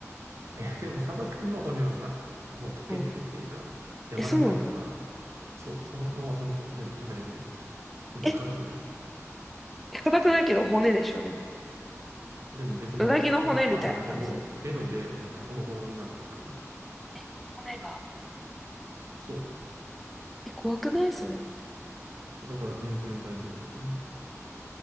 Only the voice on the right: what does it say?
え、でもサバ缶の骨はさ、もう溶けてるっていうか、
柔らかいから、
そう、サバ缶は骨で全部食べれるのよ。全然硬くない。
でも別になんか、
多分歯なくても、ベロでなんかホロホロになるって感じ。
そう。
そう、だから全然大丈夫って感じ。